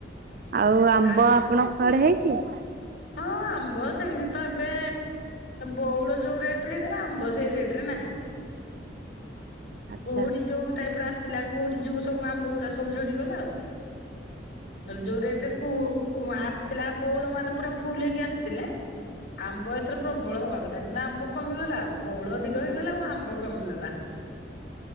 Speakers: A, on the right; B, on the left.
A: ଆଉ ଆମ୍ବ
B: ଆ
A: ଆପଣଙ୍କ କୁଆଡେ ହେଇଛି। ଛି <inaudible>
B: ହଁ ଆମ୍ବ ସେମିତି ତବେ ବଉଳ ଯୋଉ ରେଟରେ ହେଇଥିଲା ଆମ୍ବ ସେଇ ରେଟ ରେ ନାହିଁ।
A: ଆଚ୍ଛା
B: କୁହୁଡି ଯୋଉ ତାପରେ ଆସ ଥିଲା କୁହୁଡି ଯୋଗୁ ସବୁ ଆମ୍ବ ଗୁଡା ଝଡି ଗଲା ନହେଲେ ଯୋଉ ଏ ଆସିଥିଲା ବଉଳ ମାନେ ପୁରା ଫୁଲ ହେଇକି ଆସିଥିଲେ। ଆମ୍ବ ଏଥର ପ୍ରବଳ ହବା କଥା କିନ୍ତୁ ଆମ୍ବ କମିଗଲା ଆଉ ବଉଳ ଅଧିକ ହେଇଗଲା ଆଉ ଆମ୍ବ କମିଗଲା।